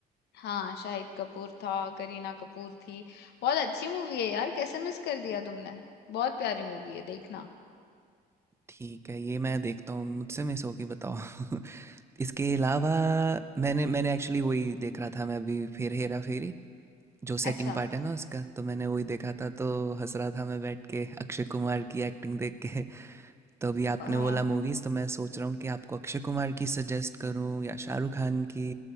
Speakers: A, on the left; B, on the right.
A: हाँ शाहिद कपूर था करीना कपूर थी बहुत अच्छी मूवी है यार कैसे मिस कर दिया तुमने बहुत प्यारी मूवी है देखना
B: ठीक है ये मैं देखता हूँ मुझसे मिस होगी बताओ <laughs> इसके अलावा मैंने मैंने एक्चुअली वही देख रहा था मैं अभी फिर हेरा फेरी जो सेकंड
A: अच्छा
B: पार्ट है ना उसका तो मैंने वही देखा था तो हंस रहा था मैं बैठ के अक्षय कुमार की एक्टिंग देख के <laughs> तो अभी आपने
A: हाँ
B: बोला मूवीज तो मैं सोच रहा हूँ कि आपको अक्षय कुमार की सजेस्ट करूँ या शाहरुख खान की